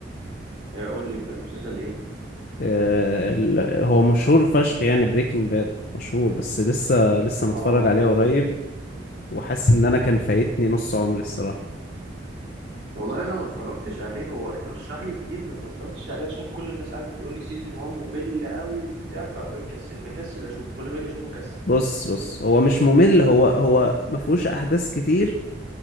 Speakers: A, on the right (about 70°); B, on the left (about 55°).
A: آه، قول لي في مسلسل ايه
B: آه، ال- هو مشهور فشخ يعني بريكنج باد مشهور بس لسه لسه متفرج
A: اه
B: عليه قريب وحاسس ان انا كان فايتني نص عمري الصراحة
A: والله انا ما اتفرجتش عليه هو اترشح لي كتير بس ما اتفرجتش عليه عشان كل الناس قعدت تقول لي سيزون 1 ممل قوي وبتاع فكسل مكسل اشوفه كل ما اجي اشوفه كسل
B: بص
A: يعني
B: بص هو مش ممل هو هو مفهوش احداث كتير